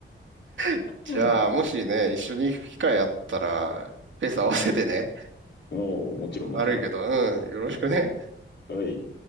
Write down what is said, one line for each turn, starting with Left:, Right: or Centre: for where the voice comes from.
Right: <laughs> じゃあ、
Left: うん
Right: もしね、一緒に行く機会あったら、ペース合わせてね。
Left: もう、もちろん、
Right: 悪いけど、
Left: もちろん。
Right: うん。よろしくね。
Left: はい。